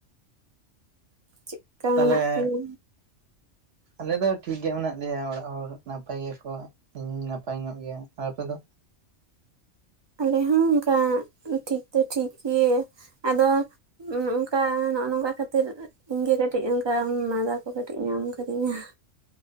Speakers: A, on the right (about 40°); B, on the right (about 60°).
A: ᱪᱮᱫᱠᱟ
B: ᱛᱟᱞᱦᱮ
A: ᱢᱮᱱᱟᱜ ᱯᱮᱭᱟ
B: ᱟᱞᱮ ᱫᱚ ᱴᱷᱤᱠ ᱜᱮ ᱢᱮᱱᱟᱜ ᱞᱮᱭᱟ ᱚᱲᱟᱜ ᱦᱚᱲ ᱱᱟᱯᱟᱭ ᱜᱮᱭᱟ ᱠᱚ ᱤᱧ ᱦᱚᱧ ᱱᱟᱯᱟᱭ ᱧᱚᱜ ᱜᱮᱭᱟ, ᱟᱨ ᱟᱯᱮ ᱫᱚ?
A: ᱟᱞᱮ ᱦᱚᱸ ᱚᱝᱠᱟ ᱴᱷᱤᱠ ᱫᱚ ᱴᱷᱤᱠ ᱜᱮ ᱟᱫᱚ ᱱᱚᱝᱠᱟ ᱱᱚᱜᱼᱚ ᱱᱚᱝᱠᱟ ᱠᱷᱟᱹᱛᱤᱨ ᱤᱧᱜᱮ ᱠᱟᱹᱴᱤᱡ ᱚᱱᱠᱟ ᱢᱟ ᱢᱟᱸᱫᱟ ᱠᱚ ᱠᱟᱹᱴᱤᱡ ᱧᱟᱢ ᱠᱟᱹᱫᱤᱧᱟ ᱾